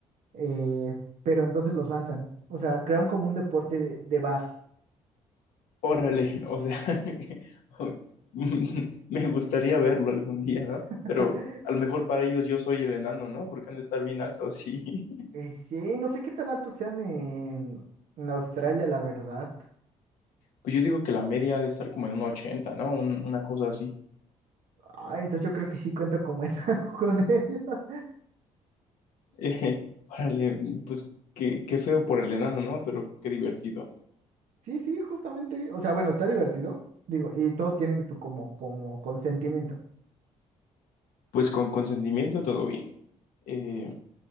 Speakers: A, on the right (about 70°); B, on the left (about 80°).
A: eh, pero entonces los lanzan. O sea, crearon como un deporte de, de bar.
B: Órale, o sea, <laughs> me gustaría verlo algún día, ¿no?
A: <laughs>
B: Pero a lo mejor para ellos yo soy el enano, ¿no? Porque han de estar bien altos, sí. <laughs>
A: Eh, sí, no sé qué tan altos sean en, en Australia, la verdad.
B: Pues yo digo que la media ha de estar como en un 80, ¿no? Un- una cosa así. <laughs>
A: Ah, entonces yo creo que sí cuento como enano <laughs> con ellos.
B: Eh, órale, pues qué, qué feo por el enano, ¿no? Pero qué divertido.
A: Sí, sí, justamente. O sea, bueno, está divertido. Digo, y todos tienen su como, como consentimiento.
B: Pues con consentimiento todo bien. Eh,